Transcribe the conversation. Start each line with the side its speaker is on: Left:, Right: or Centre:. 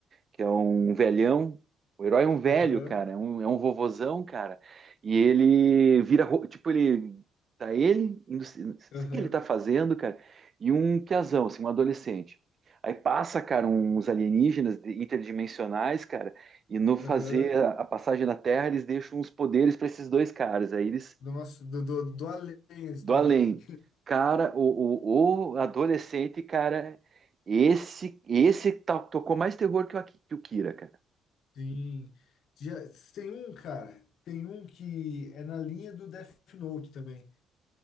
Right: que é um velhão. O herói é um velho,
Left: aham,
Right: cara. É um, é um vovozão, cara. E ele vira. ro- Tipo, ele. Tá ele. indo- Não sei
Left: aham,
Right: o que ele tá fazendo, cara. E um piazão, assim, um adolescente. Aí passa, cara, uns alienígenas de- interdimensionais, cara. E no fazer
Left: aham.
Right: a a passagem na Terra, eles deixam uns poderes pra esses dois caras. Aí eles
Left: do nosso do, do, do além a história,
Right: do além.
Left: assim.
Right: Cara, o, o, o adolescente, cara, esse esse tá- tocou mais terror que o, Aki- que o Kira, cara.
Left: <laughs> Sim. Já, tem um, cara, tem um que é na linha do Death Note também.